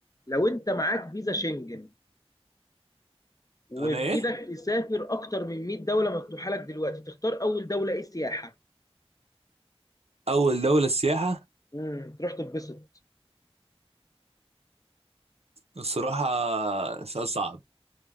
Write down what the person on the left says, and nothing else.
لو انت معاك فيزا شنجن وفي
ايدك تسافر اكتر من 100 دوله مفتوحه لك دلوقتي تختار اول دوله ايه سياحه
امم تروح تتبسط